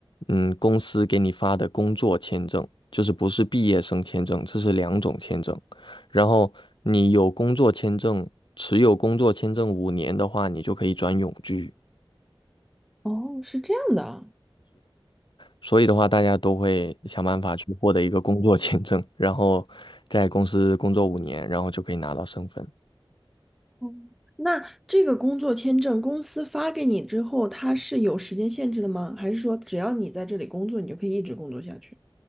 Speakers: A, on the left; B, in the centre.
A: 嗯公司给你发的工作签证，就是不是毕业生签证，这是两种签证。然后你有工作签证，持有工作签证五年的话，你就可以转永居；
B: 哦，是这样的啊。
A: 所以的话，大家都会想办法去获得一个工作签证，然后在公司工作五年，然后就可以拿到身份。
B: 哦那这个工作签证公司发给你之后，它是有时间限制的吗？还是说只要你在这里工作，你就可以一直工作下去？